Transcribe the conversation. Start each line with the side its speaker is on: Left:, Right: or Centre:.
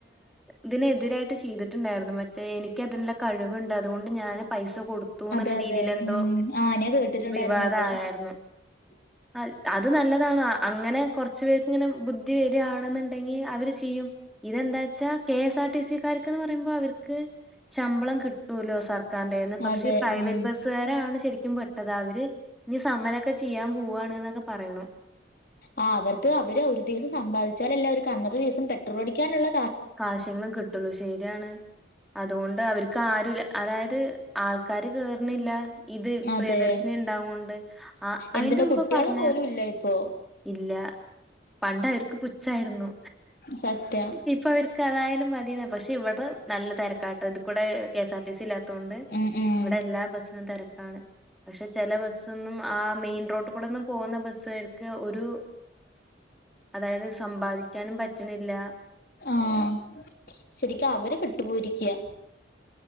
Centre: ഇതിനെ തിരായിട്ട് ചെയ്തിട്ടുണ്ടായിരുന്നു മറ്റേ എനിക്ക്തിനുള്ള കഴിവുണ്ട് അതുകൊണ്ട് ഞാൻ പൈസ കൊടുത്തു എന്നുള്ള
Left: അതെ അതെ
Centre: രീതിൽ എന്തോ
Left: ഉം ആഹ് ഞാൻ കേട്ടിട്ടുണ്ടായിരുന്നു
Centre: വിവാദ
Left: അത്.
Centre: ആയരുന്നു.
Left: <inaudible>
Centre: അ അത് നല്ലതാണ് അങ്ങനെ കുറച്ചു കുറച്ച് പേർക്ക് ഇങ്ങനെ ബുദ്ധി വരികയാണെന്നുണ്ടെങ്കി അവര് ചെയ്യും ഇതെന്താച്ചാ കെ എസ് ആർ ടി സിക്കാര്ക്ക്ന്ന് പറയുമ്പോ അവര്ക്ക് ശമ്പളം കിട്ടുല്ലോ സർ ക്കാണ്ടായിന്ന് പക്ഷേ
Left: അതെ
Centre: ഈ പ്രൈവറ്റ്
Left: ഉം
Centre: ബസ്സുകാരാണ് ശെരി ക്കും പെട്ടത് അവര് ഇഞ്ഞി സമരൊക്കെ ചെയ്യാൻ പോവാണ് ന്നൊക്കെ പറയ്ണു
Left: ആ അവർക്ക് അവര് ഒര് ദിവസം സമ്പാദിച്ചാലല്ലെ അവര്ക്ക് അന്നത്തെ ദിവസം പെട്രോൾ അടിക്കാന്ള്ള
Centre: കാശെങ്കിലും കിട്ട്ള്ളൂ ശെരിയാണ് അ ദൊണ്ട് അവര്ക്ക് ആരും അതായത് ആൾക്കാര് കേർണില്ല ഇദ്
Left: അതെ
Centre: പ്രിയദർശിനി ഉണ്ടാവൊണ്ട് ആ
Left: എന്തിന്
Centre: അയിന്റെ മുമ്പേ
Left: കുട്ടികള്
Centre: പറഞ്ഞ
Left: പോലും ഇല്ല ഇപ്പൊ
Centre: ഇല്ല പണ്ട് അവർക്ക് പുച്ഛാരുന്നു
Left: സത്യം
Centre: ഇപ്പ അവര്ക്ക് അതായാലും മദിന്നാ പഷേ ഇവ്ടെ നല്ല തെരക്കാട്ടോ ഇദ്കൂടെ K S R T C ഇല്ലാത്തൊണ്ട്
Left: ഉം ഉം
Centre: ഇവ്ടെ എല്ലാ ബസ്സിനും തെരക്കാണ് പഷേ ചെല ബസ്സൊന്നും ആ മെയിൻ റോട്ടികൂടെന്നും പോവ്ന്ന ബസ് കാ ഒരു അതായത് സമ്പാദിക്കാനും പറ്റ്ണില്ല
Left: ആഹ് ശെരിക്കും അവര് പെട്ടുപോയിരിക്കയാ